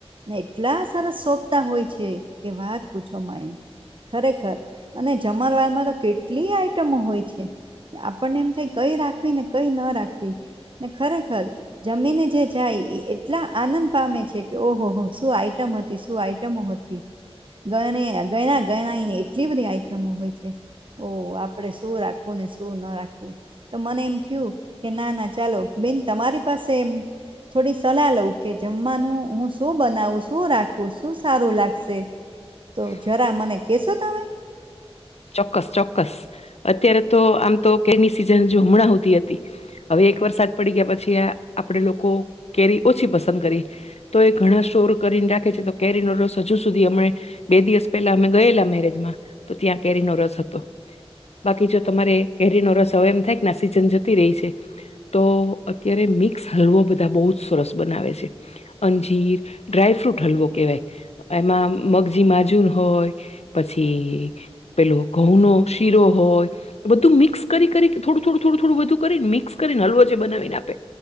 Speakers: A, on the right; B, on the left.
A: ને એટલા સારા સોંભતા હોય છે કે વાત પૂછો માં એમ ખરેખર અને જમારવારમાં તો કેટલી આઈટમો હોય છે કે આપણને એમ થાય કઈ રાખવી ને કઈ ન રાખવી ને ખરેખર જમીને જે જાય એ એટલા આનંદ પામે છે કે ઓહોહ શું આઈટમ હતી શું આઈ આમો હતી ગ ગણા ગણાને એટલી બધી આઈટમો હોય છે ઓ આપડે શું રાખવું ને શું ના રાખવું તો મને એમ થયું કે ના ના ચાલો બેન તમારી પાસે એમ થોડી સલાહ લઉં કે જમવાનું હું શું બનાવું શું રાખવું શું સારું લાગશે તો
B: હા
A: જરા મને કહેશો તમે
B: ચોક્કસ ચોક્કસ અત્યારે તો આમ તો કેરની સિઝન જો હમણાં હતી હતી હવે એક વરસાદ પડી ગયા પછી આપણે લોકો કેરી ઓછી પસંદ કરી તો એ ઘણા સ્ટોર કરીને નાખે છે તો કેરીનો રોસ હજુ સુધી બે દિવસ પેલા અમે ગયેલા મેરેજમાં તો ત્યાં કેરીનો રસ હતો બાકી જો તમારે કેરીનો રસ હવે એમ થાયને આ સિઝન જતી રહી છે તો અત્યારે મિક્સ હલવાો બધા બહુ જ સરસ બનાવે છે અંજીર ડ્રાયફ્રૂટ હલવો કેવાય એમાં મગજી માજુર હોય પછી પેલો ઘઉં નો શીરો હોય બધું મિક્સ કરી કરી થોડું થોડું થોડું થોડું બધું કરીને મિક્સ કરીને હલવો જે બનાવીને આપે